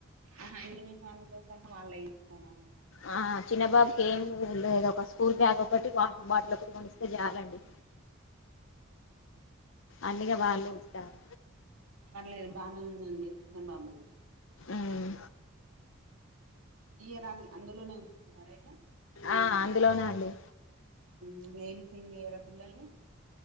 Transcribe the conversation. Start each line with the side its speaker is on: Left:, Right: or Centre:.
Right: అహ యూనిఫామ్ తో సహా వాళ్ళే ఇస్తానా
Left: ఆ చిన్నబాబుక్ ఏం లేద్ ఒకస్ కూల్ బ్యాగ్ ఒకటి వాటర్ బాటిల్ ఒకటి కొనిస్తె జాలండి అన్నీగా వాళ్ళే ఇస్తార్
Right: పర్లేదు బానే ఉందండి అన్ బాబు
Left: ఊమ్
Right: ఈయర్ అన్ అందులోనే ఉస్తున్నారీగా
Left: ఆ అందులోనే అండి
Right: ఉమ్ ఏమ్ చేంజ్ చెయ్యరా పిల్లల్ని